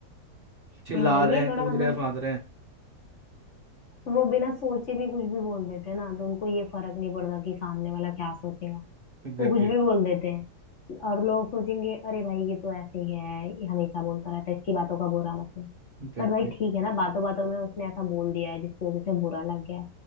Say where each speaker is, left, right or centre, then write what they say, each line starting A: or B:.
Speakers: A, on the right; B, on the left.
A: चिल्ला
B: हाँ ये
A: रहे हैं
B: थोड़ा
A: कूद
B: मतलब
A: रहे हैं फांद रहे हैं
B: वो बिना सोचे भी कुछ भी बोल देते हैं ना तो उनको ये फर्क नहीं पड़ता कि सामने वाला क्या सोचेगा
A: एग्जैक्टली
B: वो कुछ भी बोल देते हैं और लोग सोचेंगे अरे भाई ये तो ऐसे ही है ये हमेशा बोलता रहता है इसकी बातों का बुरा मतलब
A: एग्जैक्टली
B: पर भाई ठीक है ना बातों बातों में उसने ऐसा बोल दिया है जिसकी वजह से बुरा लग गया है